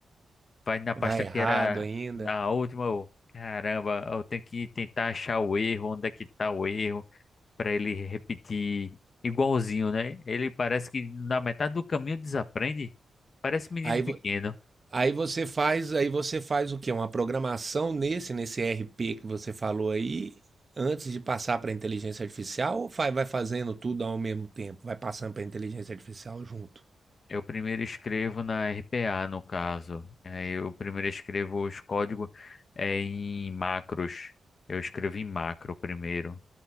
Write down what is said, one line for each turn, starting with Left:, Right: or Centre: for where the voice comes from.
Left: vai na pasta
Right: vai errado
Left: que era
Right: ainda.
Left: na última, eu, Caramba, eu tenho que tentar achar o erro, onde é que tá o erro para ele repetir igualzinho, né? Ele parece que na metade do caminho desaprende. Parece menino
Right: Aí, vo-
Left: pequeno.
Right: aí você faz, aí você faz o quê? Uma programação nesse, nesse RP que você falou aí, antes de passar para a inteligência artificial, ou vai, vai fazendo tudo ao mesmo tempo? Vai passando para a inteligência artificial junto?
Left: Eu primeiro escrevo na RPA, no caso. Aí eu primeiro escrevo os códigos é, em macros. Eu escrevo em macro primeiro,